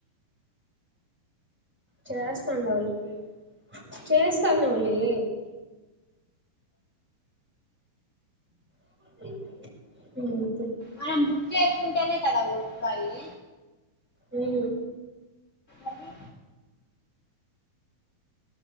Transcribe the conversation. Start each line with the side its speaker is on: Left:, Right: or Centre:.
Centre: చేస్తాను నలువి చేస్తాను నలువి <unintelligible>
Left: మనం బుక్ చేసుకుంటేనే కదా ఓ రపాయి
Centre: ఉమ్
Left: అది